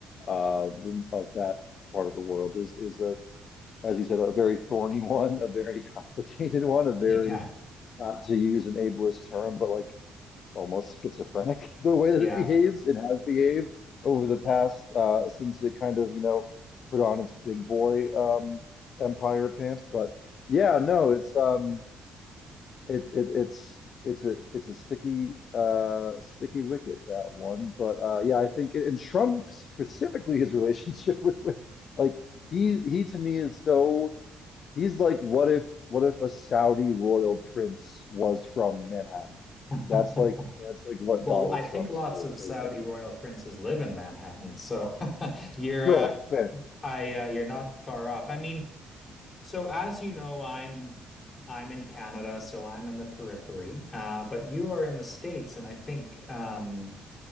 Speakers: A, on the left; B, on the left.
A: of the, of that part of the world is, is a, as you said, a very thorny <laughs> one, a very complicated one, a very,
B: Yeah.
A: not to use an ableist term, but like almost schizophrenic <laughs> the way
B: Yeah.
A: that it behaves. It has behaved over the past uh, since it kind of, you know, put on its big boy um, empire pants. But yeah, no, it's um, it, it it's it's a it's a sticky uh, sticky wicket that one. But uh, yeah, I think and Trump specifically his <laughs> relationship with with like he he to me is so. He's like, what if what if a Saudi royal prince was from Manhattan?
B: <laughs>
A: That's like that's like what
B: Well,
A: Donald
B: I think
A: Trump's
B: lots
A: whole
B: of Saudi
A: thing is.
B: royal princes live in Manhattan, so <laughs> you're
A: Sure,
B: uh,
A: <laughs> fair.
B: I uh, you're not far off. I mean, so as you know, I'm I'm in Canada, so I'm in the periphery. Uh, but you are in the States, and I think um,